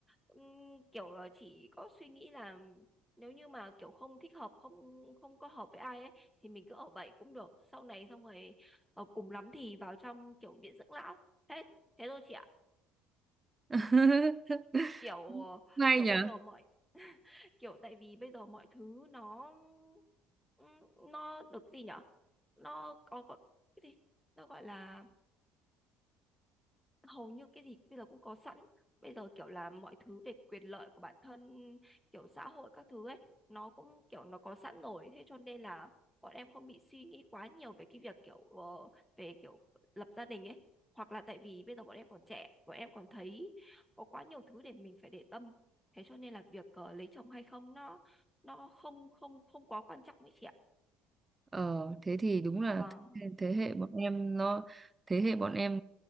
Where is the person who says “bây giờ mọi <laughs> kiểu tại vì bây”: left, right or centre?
Centre